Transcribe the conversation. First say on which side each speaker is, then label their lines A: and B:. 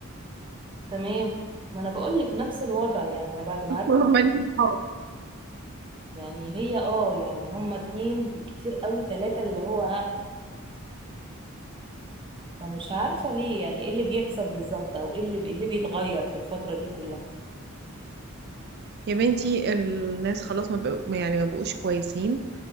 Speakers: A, on the right; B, on the right.
A: تمام ما أنا بقولك نفس الوضع يعني أنا بعد ما
B: <laughs>
A: عدت
B: ماليش صحاب
A: يعني هي اه يعني هما اتنين بالكتير قوي تلاتة اللي هو ها فمش عارفة ليه يعني ايه اللي بيحصل بالظبط او ايه اللي ايه اللي بيتغير في الفترة دي كلها
B: يا بنتي الناس خلاص ما بقوا يعني ما بقوش كويسين